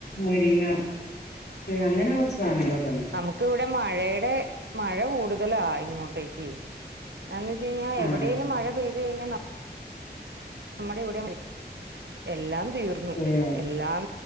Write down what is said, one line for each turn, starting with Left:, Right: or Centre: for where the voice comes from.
Left: മുരിങ്ങെ അങ്ങനെ സാധനങ്ങളൊക്കെ ഉണ്ട്
Right: നമുക്ക് ഇവിടെ മഴയുടെ മഴ കൂടുതലാ ഇങ്ങോട്ടേക്ക് എന്ന് വെ കഴിഞ്ഞാ
Left: ആഹ്
Right: എവിടേലും മഴ പെയ്ത് കഴഞ്ഞാ നമ്മുടെ ഇവിടെ എല്ലാം തീർന്നു
Left: ഏഹ്
Right: എല്ലാം